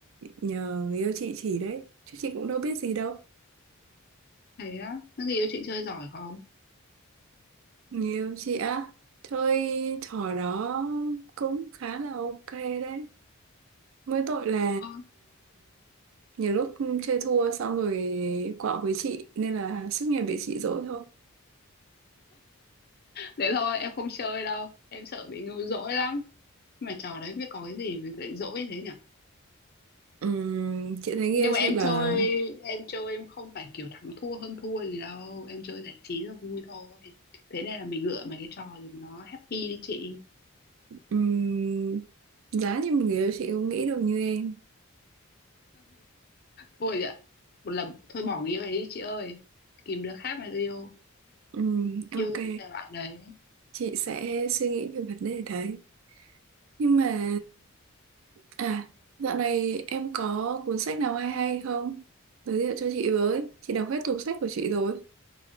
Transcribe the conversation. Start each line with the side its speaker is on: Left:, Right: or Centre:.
Right: nhờ người yêu chị chỉ đấy. Chứ chị cũng đâu biết gì đâu.
Left: thế á, nó người yêu chị chơi giỏi không?
Right: Người yêu chị á, chơi trò đó cũng khá là ok đấy. Mỗi tội là
Left: Ơ,
Right: nhiều lúc chơi thua xong rồi quạo với chị nên là suốt ngày bị chị dỗi thôi.
Left: thế thôi, em không chơi đâu. Em sợ bị ngu dỗi lắm. Nhưng mà trò đấy biết có cái gì mà lại dỗi thế nhỉ?
Right: Ừm, chị thấy người
Left: Nhưng
Right: yêu
Left: mà
Right: chị
Left: em
Right: bảo
Left: chơi,
Right: là
Left: em chơi em không phải kiểu thắng thua hơn thua gì đâu. Em chơi giải trí là vui thôi. Thế này là mình lựa mấy cái trò gì mà nó happy đi chị.
Right: ừm, giá như một người yêu chị không nghĩ được như em.
Left: Thôi ạ, một lần, thôi bỏ nghĩa ấy đi chị ơi. tìm đứa khác mà yêu.
Right: Ừm, ok,
Left: Yêu thì thể loại đấy.
Right: chị sẽ suy nghĩ về vấn đề đấy. Nhưng mà à, dạo này em có cuốn sách nào hay hay không? Giới thiệu cho chị với. Chị đọc hết tủ sách của chị rồi.